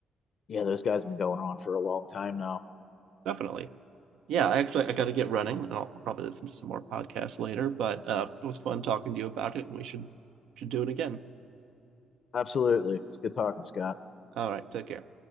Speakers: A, on the left (about 55°); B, on the right (about 80°).
A: yeah, those guys have been going on for a long time now.
B: definitely. Yeah, I actually I got to get running. and I'll probably listen to some more podcasts later, but uh, it was fun talking to you about it, and we should should do it again.
A: Absolutely. It's good talking, Scott.
B: All right, take care.